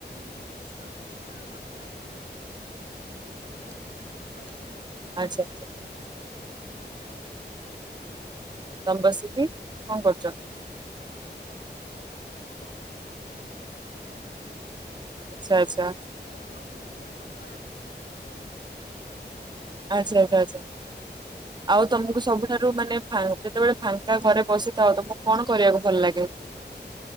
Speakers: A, on the left (about 85°); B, on the right (about 25°).
A: ସେ ଶୋଇଛି ଆଉ ବାପା ଆସିନାହାନ୍ତି। ମା ତାର ମିିଶି ଖାଇ ଶୋଇଛ ଆମି
B: ଆଚ୍ଛା ଆଚ୍ଛା
A: ସମ ଶୋଇଛ। ବା <inaudible>
B: ତମେ ବସିକି କଣ କରୁଛ।
A: <unintelligible> ମୁ ସୋ
B: ଆଚ୍ଛା
A: ମୁଁ
B: ଆଚ୍ଛା
A: ସୋଇଚି ଇଏ ମୋ ଦିଦି ଜଣ ମାରୁଚନ୍ତି?
B: ଆଚ୍ଛା ଆଚ୍ଛା ଆଚ୍ଛା ଆଉ ତମକୁ ସବୁଠାରୁ ମାନେ ଯେତେବେଳେ ଫାଙ୍କା ଘରେ ବସିଥାଉ ତମକୁ କଣ କରିବାକୁ ଭଲ ଲାଗେ।